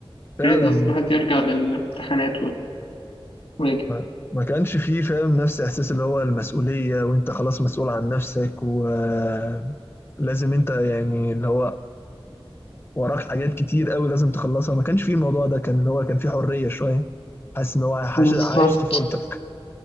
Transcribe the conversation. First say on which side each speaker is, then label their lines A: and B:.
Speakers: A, on the left; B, on the left.
A: فعلا
B: يا ريت بس الواحد يرجع للامتحانات والواجب
A: ما, ما كانش فيه فاهم نفس إحساس اللي هو المسؤولية وأنت خلاص مسؤول عن نفسك ولازم أنت يعني اللي هو وراك حاجات كتير قوي لازم تخلصها ما كانش فيه الموضوع ده كان اللي هو كان فيه حرية شوية حاسس إن هو عايش
B: بالظبط
A: عايش طفولتك